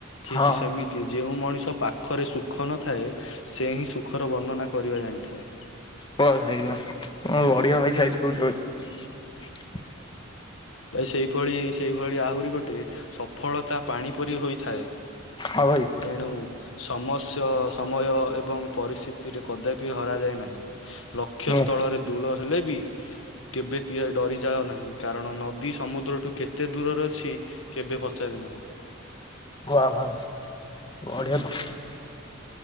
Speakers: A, on the left; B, on the left.
A: ଠିକ୍
B: ହଁ ୱା
A: ସେମିତି କି ଯେଉଁ ମଣିଷ ପାଖରେ ସୁଖ ନଥାଏ ସେ ହିଁ ସୁଖର ବର୍ଣ୍ଣନା କରିବା ଜାଣିଥାଏ।
B: ବା ଭାଇ ବା କଣ ବଢିଆ ଭାଇ ସାଇରୀ କହୁଚ ଭାଇ।
A: ଭାଇ ସେଇଭଳି ସେଇଭଳି ଆହୁରି ଗୋଟେ ସଫଳତା ପାଣି ପରି ହୋଇଥାଏ।
B: ହଁ ଭାଇ
A: ତେଣୁ ସମସ୍ୟ ସମୟ ଏବଂ ପରିସ୍ଥିତିରେ କଦାପି ହରାଯାଏ ନାହିଁ। ଲକ୍ଷ୍ୟସ୍ଥଳରେ
B: ୱା
A: ଦୂଲ ହେଲେ ବି କେବେ ବି ଡରିଯାଅ ନାହିଁ କାରଣ ନ ନଦୀ ସମୁଦ୍ରଠୁ କେତେ ଦୂରରେ ଅଛି କେବେ ପଚାରିନି।
B: ୱା ୱା ବଢିଆ ତ।